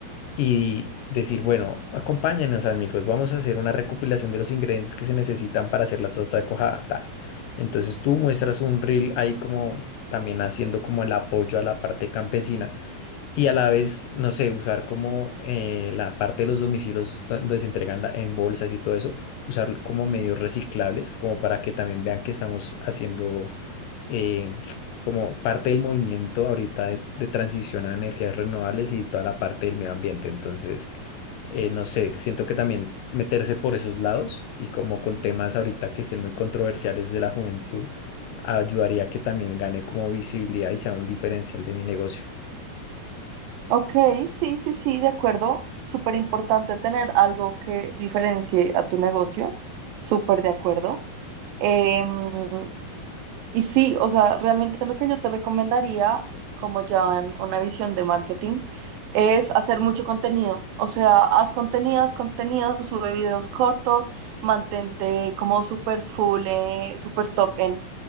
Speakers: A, on the left; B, on the right.
A: y decir, bueno, acompáñenos amigos, vamos a hacer una recopilación de los ingredientes que se necesitan para hacer la torta de cuajada. ta". Entonces tú muestras un reel ahí como también haciendo como el apoyo a la parte campesina y a la vez, no sé, usar como eh, la parte de los domicilios do- donde se entregan la- en bolsas y todo eso, usar como medios reciclables, como para que también vean que estamos haciendo eh, como parte del movimiento ahorita de, de transición a energías renovables y toda la parte del medio ambiente. Entonces, eh, no sé, siento que también meterse por esos lados y como con temas ahorita que estén muy controversiales de la juventud, ayudaría a que también gane como visibilidad y sea un diferencial de mi negocio.
B: Ok, sí, sí, sí, de acuerdo. Súper importante tener algo que diferencie a tu negocio. Súper de acuerdo. Em, Y sí, o sea, realmente lo que yo te recomendaría, como ya en una visión de marketing, es hacer mucho contenido. O sea, haz contenidos, contenidos, sube videos cortos, mantente como súper full, eh, súper top en,